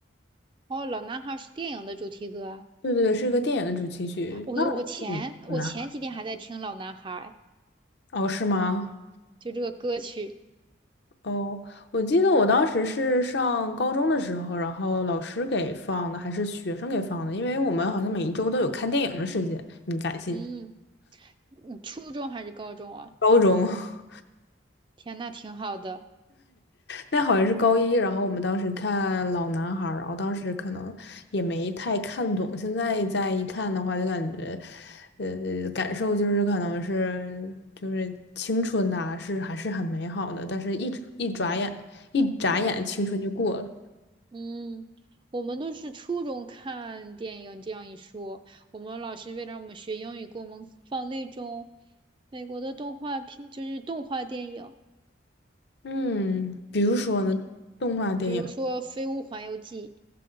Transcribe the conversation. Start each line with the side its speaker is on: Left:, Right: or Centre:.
Right: 哦，《老男孩》是电影的主题歌啊！
Left: 对对对，是个电影的主题曲。
Right: 我我前我前几天还在听《老男孩》，
Left: 那嗯老男孩儿哦，是吗？
Right: 就这个歌曲。
Left: 哦，我记得我当时是上高中的时候，然后老师给放的，还是学生给放的，因为我们好像每一周都有看电影的时间，你敢信？
Right: 嗯，你初中还是高中啊？
Left: 高中。<laughs>
Right: 天，那挺好的。
Left: 那好像是高一，然后我们当时看《老男孩》，然后当时可能也没太看懂，现在再一看的话，就感觉，呃，感受就是可能是就是青春呐、是还是很美好的，但是一一眨眼，一眨眼青春就过了。
Right: 嗯，我们都是初中看电影，这样一说，我们老师为了让我们学英语，给我们放那种美国的动画片，就是动画电影。
Left: 嗯，比如说呢，动画电影，
Right: 比如说《飞屋环游记》，